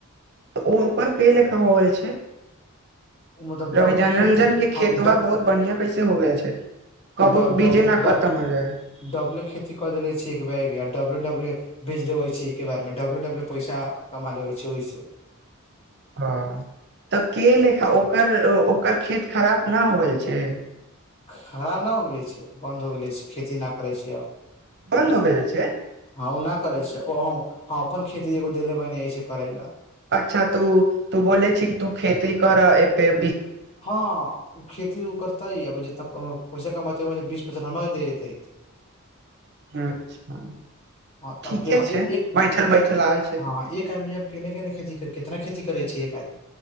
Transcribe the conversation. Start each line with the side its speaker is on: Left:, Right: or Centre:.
Right: तऽ ओ ओकर कै लेखा होल छै
Left: ओ मतलब
Right: रवि
Left: डबले
Right: जनरंजन
Left: खेती
Right: के खेतवा
Left: आ उ
Right: बहुत बढ़िआं कैसे हो गेल छै कबो
Left: ड डब
Right: बीजे न खतम
Left: डब
Right: हो जाय
Left: डबले खेती कऽ देले छी एक बै एक डबले डबले बेच देबै छी एके बारेमे डबले डबले पैसा कमा लेबै छै ओहिसँ
Right: हँ तऽ के लेखा ओ ओकर ओकर खेत खराब न होल छै
Left: खराब न हो गेलै छै बन्द हो गेलै छै खेती न करै छै आब
Right: बन्द हो गेल छै
Left: हँ ओ ना करै छै हम अपन खेती एगो देले बानी करय लेल
Right: अच्छा तू तू बोलेछि तू खेती करय एते
Left: हँ खेती ओ करतइ अब जते पैसा कमतेइ बीस हमरा दे देतै
Right: अच्छा
Left: हँ तब
Right: ठीके
Left: के ह
Right: छै
Left: एक एक
Right: बैठल
Left: एक आदमी
Right: बैठल आयल छै
Left: हँ
Right: तू।
Left: एक आदमी अब केने केने खेती कर कितना खेती करै छै एक आदमी